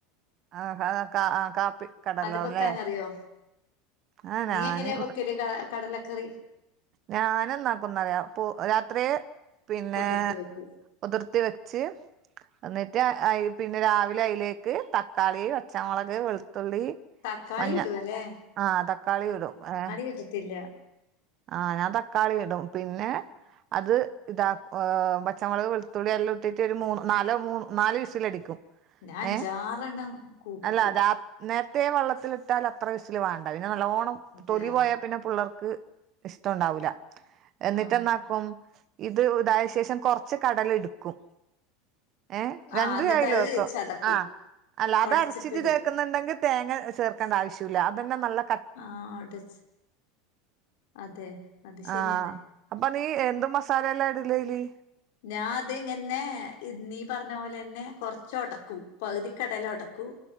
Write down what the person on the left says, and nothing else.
അത് വെക്കാനറിയോ
നീ
എങ്ങനെയാ വെക്കല് ക കടലക്കറി?
പൊതിർത്തി വെക്കും
തക്കാളി
ഇടുവല്ലേ
വെച്ചിട്ടില്ല.
ഞാൻ അഞ്ചാറെണ്ണം
കൂക്കിക്കും.
അതെയ
ആഹ്
ആഹ്
എന്നിട്ട്
അത് ചതക്കും
ഒടച്ചിട്ടിടും
ആഹ് അടച്ച് അതെ അത് ശരിയെന്നെ
ഞാൻ അത് ഇങ്ങന്നെ ഇ നീ പറഞ്ഞ പോലെന്നെ കൊറച്ച് ഒടക്കും പകുതി കടല ഒടക്കും